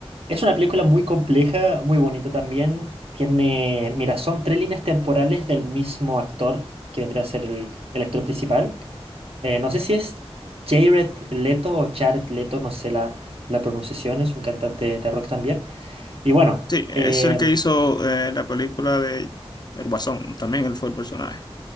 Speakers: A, on the right; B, on the left.
A: es una película muy compleja, muy bonita también. Tiene, mira, son tres líneas temporales del mismo actor, que vendría a ser el, el actor principal. Eh, no sé si es Jared Leto o Jared Leto, no sé la, la pronunciación, es un cantante de rock también. Y bueno,
B: Sí, es
A: em,
B: el que hizo eh, la película de El Guasón, también él fue el personaje.